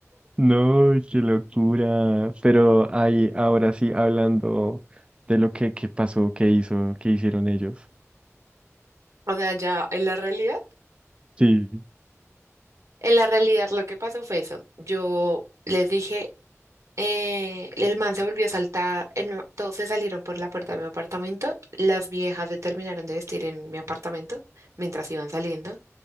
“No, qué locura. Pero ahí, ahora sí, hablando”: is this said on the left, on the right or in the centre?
Right